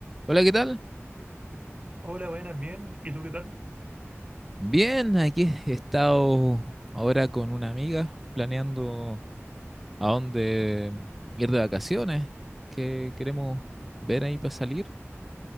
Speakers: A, in the centre; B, on the right.
A: Hola, ¿qué tal?
B: Hola, buenas, bien. ¿Y tú qué tal?
A: Bien, aquí he estado ahora con una amiga planeando a dónde ir de vacaciones, que queremos ver ahí para salir.